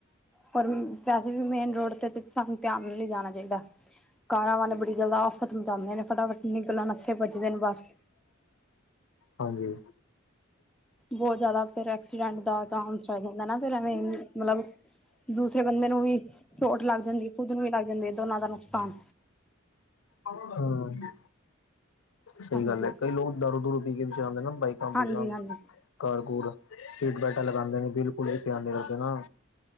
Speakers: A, in the centre; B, on the left (about 70°).
A: ਪਰ ਵੈਸੇ ਵੀ ਮੇਨ ਰੋਡ ਤੇ ਸਾਨੂੰ ਧਿਆਨ ਨਾਲ ਜਾਨਾ ਚਾਈਦਾ। ਕਾਰਾਂ ਵਾਲੇ ਬੜੀ ਜਿਆਦਾ ਆਫ਼ਤ ਮਚਾਂਦੇ ਨੇ। ਫਟਾਫਟ ਨਿਕਲਨ ਆਸਤੇ ਭੱਜਦੇ ਨੇ ਬਸ।
B: ਹਾਂਜੀ
A: ਬੋਤ ਜਿਆਦਾ ਫੇਰ ਐਕਸੀਡੈਂਟ ਦਾ ਚਾਂਸ ਹੋ ਜਾਂਦਾ ਨਾ ਫਿਰ ਐਵੇਂ ਮਲਬ ਦੂਸਰੇ ਬੰਦੇ ਨੂੰ ਵੀ ਚੋਟ ਲੱਗ ਜਾਂਦੀ ਏ ਖੁੱਦ ਨੂੰ ਵੀ ਲੱਗ ਜਾਂਦੀ ਏ ਦੋਨਾਂ ਦਾ ਨੁਕਸਾਨ
B: ਹਾਂ। ਸਹੀ
A: ਹਾਂਜੀ
B: ਗੱਲ ਹੈ ਕਈ ਲੋਕ ਦਾਰੂ-ਦੂਰੂ ਪੀ ਕੇ ਵੀ ਚਲਾਂਦੇ ਨਾ ਬਾਈਕਾਂ-ਬੂਕਾਂ।
A: ਹਾਂਜੀ ਹਾਂਜੀ
B: ਕਾਰ-ਕੂਰ, ਸੀਟ ਬੈਲਟਾਂ ਲਗਾਂਦੇ ਨੇ ਬਿਲਕੁਲ ਵੀ ਧਿਆਨ ਨੀ ਰਖਦੇ ਨਾ।